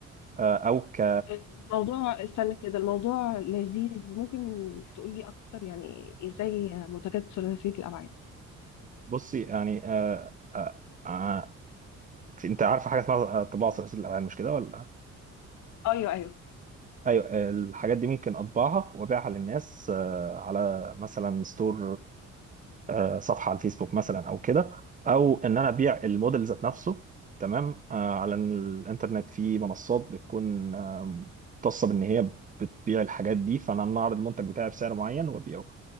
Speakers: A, on the right; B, on the left.
A: آه، او ك
B: الموضوع استنى كده الموضوع لذيذ ممكن تقولي اكتر يعني ازاي منتجات ثلاثية الابعاد
A: بصي يعني آه، آه، آه، انت عارفه حاجه اسمها آه، طباعه ثلاثيه الابعاد مش كده ولا
B: ايوه ايوه
A: ايوه الحاجات دي ممكن اطبعها وابيعها للناس آه، على مثلا ستور آه، صفحه على الفيسبوك مثلا او كده او ان انا ابيع الموديل ذات نفسه تمام آه، على الانترنت في منصات بتكون آه، مختصه بان هي بتبيع الحاجات دي فانا أنا اعرض المنتج بتاعي بسعر معين وابيعه